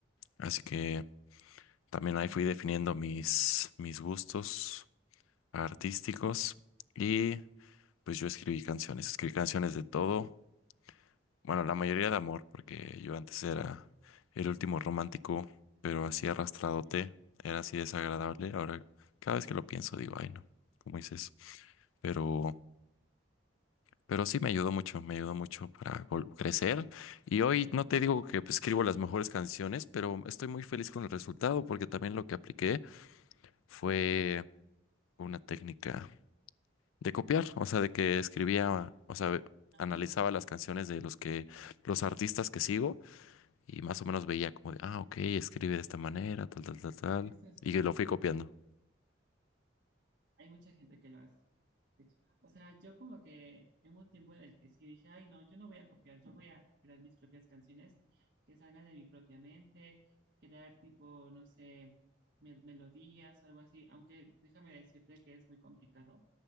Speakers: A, on the left; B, on the right.
A: Así que... También
B: ujú.
A: ahí fui definiendo mis, mis gustos artísticos y pues yo escribí canciones, escribí canciones de todo, bueno, la mayoría de amor, porque yo antes era el último romántico, pero así arrastradote,
B: Ujú.
A: era así desagradable. Ahora cada vez que lo pienso digo, ay no, ¿cómo hice eso? Pero, pero sí me ayudó mucho, me ayudó mucho para vol- crecer. Y hoy no te digo que pues, escribo las mejores canciones, pero estoy muy feliz con el resultado porque también lo que apliqué fue una técnica de copiar, o sea, de que escribía, o sea,
B: Ajá,
A: analizaba las canciones de los que, los artistas que sigo y más o menos veía como de, ah, ok, escribe de esta manera, tal, tal, tal, tal,
B: eso sí,
A: y lo fui copiando.
B: Hay mucha gente que lo hace. de hecho. O sea, yo como que en un tiempo en el que sí dije, ay, no, yo no voy a copiar, yo voy a crear mis propias canciones que salgan de mi propia mente, crear tipo, no sé, me- melodías, algo así, aunque déjame decirte que es muy complicado,